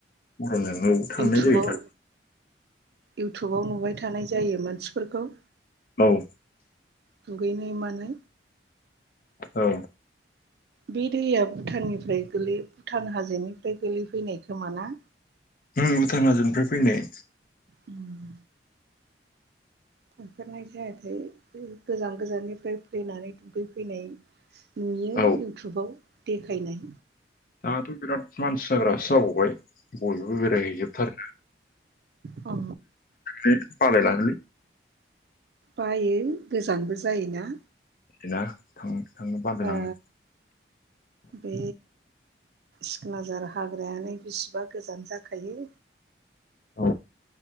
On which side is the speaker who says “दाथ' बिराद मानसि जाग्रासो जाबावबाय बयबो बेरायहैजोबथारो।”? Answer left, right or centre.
Left